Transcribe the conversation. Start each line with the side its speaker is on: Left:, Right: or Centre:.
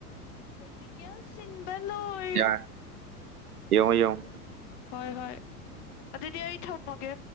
Left: ꯄꯔꯦꯛꯇꯤꯀꯦꯜ ꯁꯤꯟꯕ ꯂꯣꯏ
Right: ꯌꯥꯔꯦ ꯌꯦꯡꯑꯣ ꯌꯦꯡꯑꯣ
Left: ꯍꯣꯏ ꯍꯣꯏ ꯑꯗꯨꯗꯤ ꯑꯩ ꯊꯝꯃꯒꯦ